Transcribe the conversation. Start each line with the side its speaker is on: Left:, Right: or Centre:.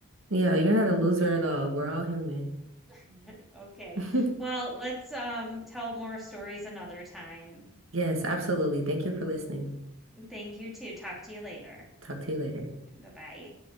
Right: Yeah, you're not a loser at all. We're all human.
Centre: <laughs> Okay.
Right: <laughs>
Centre: Well, let's um tell more stories another time.
Right: Yes, absolutely. Thank you for listening.
Centre: Thank you too. Talk to you later.
Right: Talk to you later.
Centre: Bye-bye.